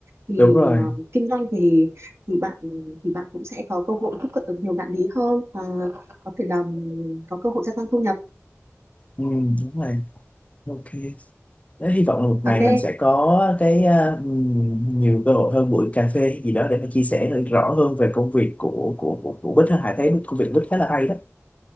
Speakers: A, on the right; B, on the left.
A: thì
B: đúng rồi
A: ờ, kinh doanh thì thì bạn thì bạn cũng sẽ có cơ hội tiếp cận được nhiều đại lý hơn và có thể làm có cơ hội gia tăng thu nhập
B: ừ, đúng rồi OK. Thế hy vọng là một ngày
A: ok
B: mình sẽ có cái ờ, nhiều cơ hội hơn buổi cà phê gì đó để mà chia sẻ được rõ hơn về công việc của của của, của Bích ha. Hải thấy công việc Bích khá là hay đó.